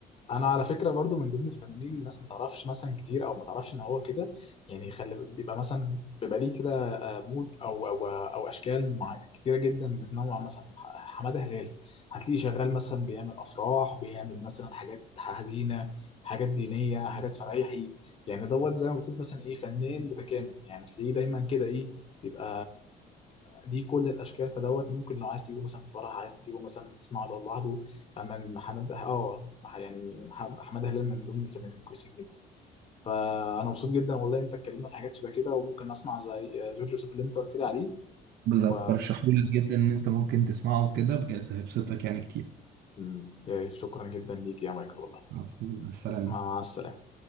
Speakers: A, on the left; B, on the right.
A: انا على فكره برضو من ضمن الفنانين اللي الناس ما تعرفش مثلا كتير او ما تعرفش ان هو كده يعني خلي بيبقى مثلا بيبقى ليه كده آه، مود او او او اشكال مع كتيره جدا بتنوع مثلا ح- حماده هلال هتلاقيه شغال مثلا بيعمل افراح بيعمل مثلا حاجات حزينه حاجات دينيه حاجات فرايحي يعني دوت زي ما بتقول مثلا ايه فنان متكامل يعني تلاقيه دايما كده ايه بيبقى ليه كل الاشكال فدوت ممكن لو عايز تجيبه مثلا في فرح عايز تجيبه مثلا تسمعه لوحده أمام محمد اه يعني مح- حماده هلال من ضمن الفنانين الكويسين جدا فانا مبسوط جدا والله انت اتكلمنا في حاجات شبه كده وممكن اسمع زي جورج يوسف اللي انت قلت لي عليه
B: بالظبط
A: و
B: برشحهولك جدا ان انت ممكن تسمعه كده بجد هيبسطك يعني كتير
A: مم، يعني شكرا جدا ليك يا مايكل والله
B: عفوا مع السلامة
A: مع السلامه